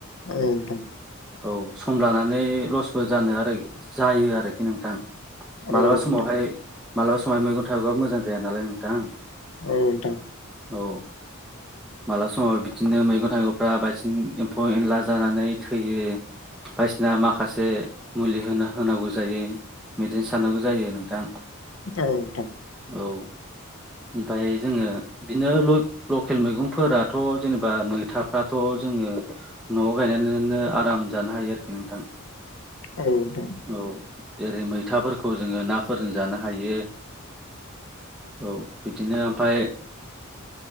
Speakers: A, on the left; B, in the centre.
A: औ नोंथां
B: औ सम लानानै लसबो जानो आरो जायो आरोखि नोंथां। मालाबा
A: औ नोंथां
B: समावहाय मालाबा समावहाय मैगं-थाइगंआबो मोजां जाया नालाय नोंथां।
A: औ नोंथां
B: औ मालाब समाव बिदिनो मैगं-थाइगंफ्रा बांसिन एम्फौ-एनला जानानै थैयो। बायदिसिना माखासे मुलि होनो होनांगौ जायो। मेदिसिनो सारनांगौ जायो नोंथां।
A: औ नोंथां
B: औ ओमफ्राय जोङो बिदिनो ल-लकेल मैगंफोराथ' जेनेबा मैथाफ्राथ' जोङो न'आव गायनानैनो आराम जानो हायो आरोखि नोंथां।
A: औ नोंथां
B: औ जेरै मै- थाफोरखौ जोङो नाफोरजों जानो हायो। औ बिदिनो ओमफ्राय